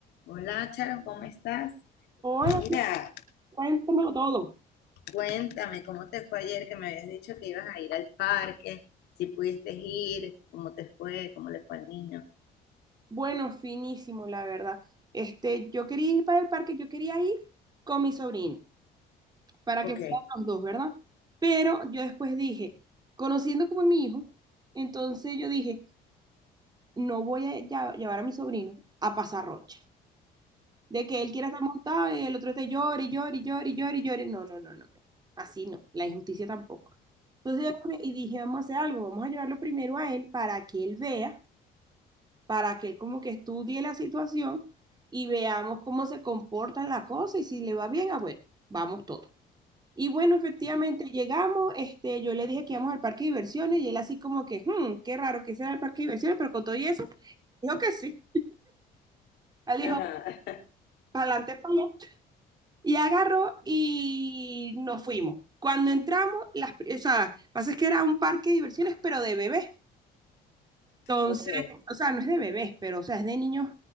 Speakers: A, on the left; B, on the right.
A: Hola, Charo, ¿cómo estás?
B: Hola,
A: Mira,
B: cuéntamelo todo.
A: cuéntame, ¿cómo te fue ayer que me habías dicho que ibas a ir al parque? Si pudiste ir, ¿cómo te fue? ¿Cómo le fue al niño?
B: Bueno, finísimo, la verdad. Este, yo quería ir para el parque, yo quería ir con mi sobrino, para
A: Ok,
B: que fueran los dos, ¿verdad? Pero yo después dije, conociendo como es mi hijo, entonces yo dije, no voy a lla- llevar a mi sobrino a pasar rocha. De que él quiera estar montado y el otro esté llore, y llore, y llore, y llore, y llore. No, no, no, no. no. Así no, la injusticia tampoco. Entonces yo me- y dije, vamos a hacer algo, vamos a llevarlo primero a él para que él vea. para que él como que estudie la situación y veamos cómo se comportan las cosas y si le va bien, ah, bueno, vamos todos. Y bueno, efectivamente llegamos, este, yo le dije que íbamos al parque de diversiones y él así como que, "Hmm, qué raro que sea el parque de diversiones, pero con todo y eso, dijo que sí. Él dijo,
A: Ajá,
B: para adelante, para allá. Y agarró y nos fuimos. Cuando entramos, las, pri- o sea, pasa es que era un parque de diversiones, pero de bebés. Entonces,
A: <laughs> ok.
B: o sea, no es de bebés, pero o sea, es de niños